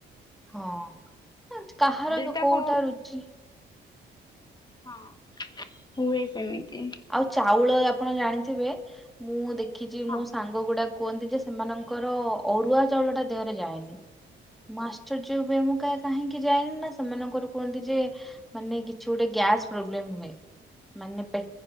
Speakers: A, in the centre; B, on the left.
A: ହଁ କାହାର
B: ଯଦି ତାକୁ
A: କୋଉଟା ରୁଚି
B: ହଁ ହୁଏ ସେମିତି।
A: ଆଉ ଚାଉଳ ଆପଣ ଜାଣିଥିବେ ମୁଁ ଦେଖିଚି
B: ହଁ।
A: ମୋ ସାଙ୍ଗ ଗୁଡା କୁହନ୍ତି ଯେ ସେମାନଙ୍କର ଅରୁଆ ଚାଉଳ ଟା ଦେହରେ ଯାଏନି। ମୁଁ ଆଶ୍ଚର୍ଯ୍ୟ ହୁଏ ମୁଁ କାରେ କାହିଁକି ଯାଏନି ନା ସେମାନଙ୍କର କୁହନ୍ତି ଯେ ମାନେ କିଛି ଗୋଟେ ଗ୍ୟାସ ପ୍ରୋବ୍ଲେମ୍ ହୁଏ। ମାନେ ପେ